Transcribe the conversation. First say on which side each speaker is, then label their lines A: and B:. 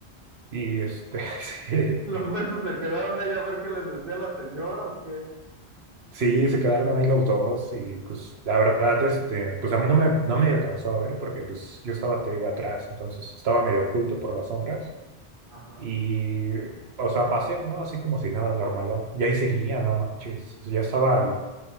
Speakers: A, on the right (about 70°); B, on the right (about 55°).
A: Y este, <laughs> sí,
B: ¿Los besos se quedaron ahí a ver qué les decía la señora o qué?
A: sí, se quedaron ahí los dos y pues la verdad, este, pues a mí no me, no me alcanzó a ver porque pues yo estaba, te digo, atrás, entonces estaba medio oculto por las sombras
B: Ajá.
A: y, o sea, pasé, ¿no? Así como si nada normal, ¿no? Y ahí seguía, no manches, ya estaba